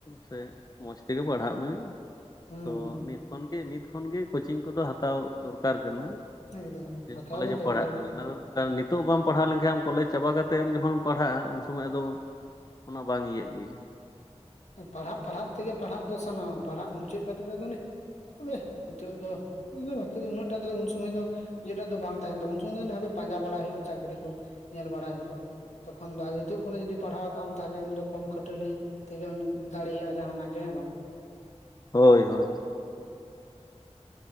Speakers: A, on the left (about 35°); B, on the left (about 80°).
A: ᱥᱮ ᱢᱚᱸᱡᱽ ᱛᱮᱜᱮ ᱯᱟᱲᱦᱟᱜ ᱢᱮ
B: ᱦᱩᱸ
A: ᱛᱚ
B: ᱦᱩᱸ
A: ᱱᱤᱛ ᱠᱷᱚᱱᱜᱮ ᱱᱤᱛ ᱠᱷᱚᱱᱜᱮ ᱠᱳᱪᱤᱝ ᱠᱚᱫᱚ ᱦᱟᱛᱟᱣ ᱫᱚᱨᱠᱟᱨ ᱠᱟᱱᱟ
B: ᱮᱠᱫᱚᱢ ᱮᱠᱫᱚᱢ
A: ᱡᱮᱦᱩᱛᱩ
B: ᱦᱟᱛᱟᱣ
A: ᱠᱚᱞᱮᱡᱽ
B: ᱫᱚ
A: ᱮᱢ
B: ᱫᱚᱨᱠᱟᱨ
A: ᱯᱟᱲᱦᱟᱜ ᱠᱟᱱᱟ
B: ᱜᱮ
A: ᱚᱱᱟ ᱠᱟᱨ ᱱᱤᱛᱚᱜ ᱵᱟᱢ ᱯᱟᱲᱦᱟᱣ ᱞᱮᱱᱠᱷᱟᱱ ᱟᱢ ᱠᱚᱞᱮᱡᱽ ᱪᱟᱵᱟ ᱠᱟᱛᱮ ᱡᱚᱠᱷᱚᱱᱮᱢ ᱯᱟᱲᱦᱟᱜᱼᱟ ᱩᱱ ᱥᱚᱢᱚᱭ ᱟᱫᱚ ᱚᱱᱟ ᱵᱟᱝ ᱤᱭᱟᱹᱜ ᱜᱮ
B: ᱯᱟᱲᱦᱟᱜ ᱯᱟᱲᱦᱟᱜ ᱛᱮᱜᱮ ᱯᱟᱲᱦᱟᱜ ᱫᱚ ᱥᱟᱱᱟᱣᱟ ᱯᱟᱲᱦᱟᱜ ᱢᱩᱪᱟᱹᱫ ᱠᱟᱛᱮ ᱟᱫᱚ ᱚᱱᱮ ᱛᱚᱵᱮ ᱱᱤᱛᱚᱜ ᱫᱚ ᱩᱱᱟᱜ ᱵᱷᱟᱠᱤ ᱫᱚ ᱩᱱᱟᱹᱜ ᱴᱟ ᱫᱚ ᱩᱱ ᱥᱚᱢᱚᱭ ᱫᱚ ᱤᱭᱟᱹᱴᱟᱜ ᱫᱚ ᱵᱟᱝ ᱛᱟᱦᱮᱱ ᱛᱟᱵᱚᱱ ᱩᱱ ᱥᱚᱢᱚᱭ ᱱᱟ ᱦᱟᱯᱮ ᱯᱟᱸᱡᱟ ᱵᱟᱲᱟ ᱦᱩᱭᱩᱜᱼᱟ ᱪᱟᱹᱠᱨᱤ ᱠᱚ ᱧᱮᱞ ᱵᱟᱲᱟ ᱦᱩᱭᱩᱜᱼᱟ᱾ ᱛᱚᱠᱷᱚᱱ ᱫᱚ ᱟᱨ ᱱᱤᱛᱚᱜ ᱠᱷᱚᱱᱟᱜ ᱡᱚᱫᱤ ᱯᱟᱲᱦᱟᱣ ᱠᱟᱜᱟ ᱛᱟᱦᱚᱞᱮ ᱩᱱ ᱫᱚ ᱠᱚᱢ ᱠᱷᱟᱹᱴᱟᱹᱞᱤ ᱛᱮᱜᱮᱢ ᱫᱟᱲᱮᱭᱟᱜᱼᱟ ᱡᱟᱦᱟᱱᱟᱜ ᱜᱮ ᱦᱮᱸ ᱵᱟᱝ᱾
A: ᱦᱳᱭ ᱦᱳᱭ